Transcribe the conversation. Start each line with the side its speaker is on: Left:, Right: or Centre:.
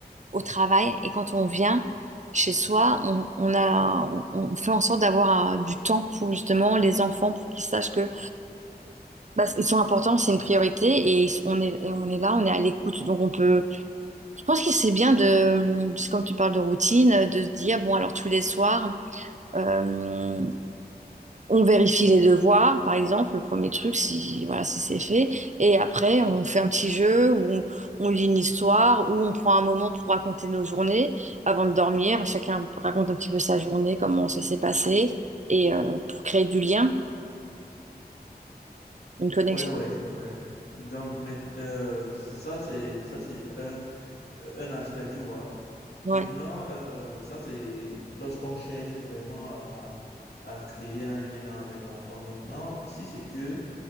Right: au travail et quand on vient chez soi, on, on a, on, on fait en sorte d'avoir euh, du temps pour justement les enfants, pour qu'ils sachent que bah, ils sont importants, c'est une priorité et ils sont- on est, et on est là, on est à l'écoute. Donc on peut, je pense que c'est bien de, de- comme tu parles de routine, de se dire, bon alors tous les soirs. euh, On vérifie les devoirs, par exemple, le premier truc, si voilà, si c'est fait. Et après, on fait un petit jeu où on, on lit une histoire, où on prend un moment pour raconter nos journées avant de dormir. Chacun raconte un petit peu sa journée, comment ça s'est passé, et euh, pour créer du lien, une connexion.
Left: Ouais, ouais, c'est vrai. Donc, mais, euh, ça, c'est, ça, c'est un, un aspect, tu vois.
Right: Ouais,
Left: Maintenant, euh, ça, c'est lorsqu'on cherche vraiment à, à créer un lien avec l'enfant. Maintenant, si c'est que